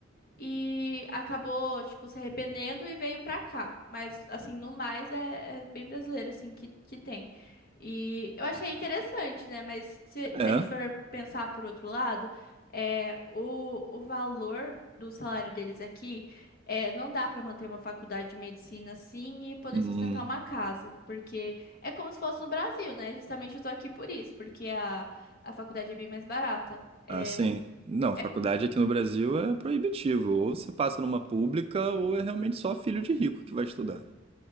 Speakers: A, on the left (about 50°); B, on the right (about 30°).
A: E acabou, tipo, se arrependendo e veio pra cá. Mas, assim, no mais é, é bem brasileiro, assim, que, que tem. E eu achei interessante, né? Mas se
B: É?
A: a gente for pensar por outro lado, é, o, o valor do salário deles aqui é, não dá pra manter uma faculdade de medicina assim e poder
B: Hum.
A: sustentar uma casa. Porque é como se fosse no Brasil, né? Justamente eu tô aqui por isso, porque a, a faculdade é bem mais barata. É,
B: Ah, sim. Não, faculdade
A: é
B: aqui no Brasil é proibitivo. Ou você passa numa pública, ou é realmente só filho de rico que vai estudar.